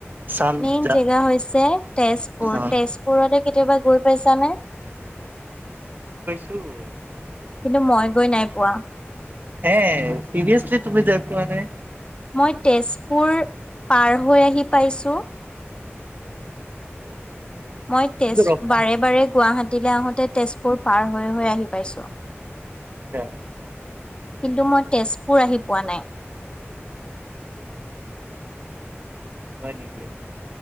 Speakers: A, on the right (about 45°); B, on the left (about 20°).
A: চাম
B: মেইন
A: যা
B: জেগা হৈছে তেজপুৰ,
A: অ
B: তেজপুৰতে কেতিয়াবা গৈ পাইছানে?
A: শ <unintelligible>
B: কিন্তু মই গৈ নাই পোৱা।
A: হে চিৰিয়াছলি তুমি যাই পোৱা নাই?
B: মই তেজপুৰ পাৰ হৈ আহি পাইছো। মই তেজ
A: কিন্তু ৰখা
B: বাৰে-বাৰে
A: নাই
B: গুৱাহাটী দিলে আহোতে তেজপুৰ পাৰ হৈ-হৈ আহি পাইছো।
A: এ <unintelligible>
B: কিন্তু মই তেজপুৰ আহি পোৱা নাই।
A: হয় নিকি?